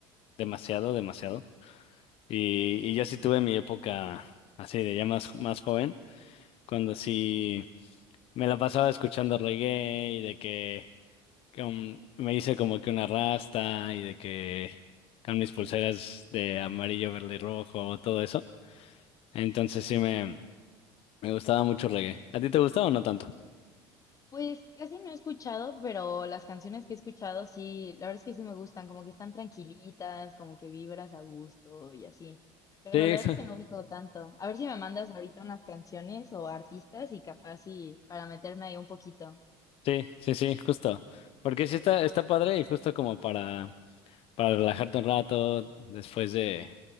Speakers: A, on the left; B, on the left.
A: demasiado, demasiado, y, y yo sí tuve mi época así de ya más, más joven, cuando sí me la pasaba escuchando reggae y de que... con- me hice como que una rasta y de que con mis pulseras de amarillo, verde y rojo, todo eso. Entonces sí me, me gustaba mucho el reggae. ¿A ti te gustaba o no tanto?
B: Pues casi no he escuchado, pero las canciones que he escuchado sí, la verdad es que sí me gustan, como que están tranquilitas, como que vibras a gusto y así. Pero
A: Sí,
B: la verdad
A: <laughs>
B: es que no ubico tanto. A ver si me mandas ahorita unas canciones o artistas y capaz sí, para meterme ahí un poquito.
A: sí, sí, sí, justo. Porque sí está, está padre y justo como para, para relajarte un rato después de,